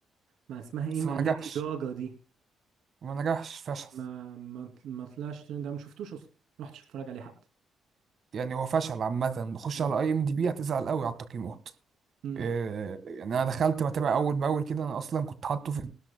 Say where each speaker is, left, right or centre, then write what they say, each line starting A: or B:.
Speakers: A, on the right (about 80°); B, on the right (about 50°).
A: مع اسمها ايه
B: بس
A: مع
B: ما
A: ليدي
B: نجحش
A: جاجا دي
B: ما نجحش فشل
A: ما ما ما طلعش ترند انا ما شفتوش اصلا ما رحتش اتفرج عليه حتى
B: يعني هو فشل عامة خش
A: آه.
B: على اي ام دي بي هتزعل قوي على التقييمات
A: مم.
B: آه، يعني انا دخلت بتابع اول باول كده انا اصلا كنت حاطه في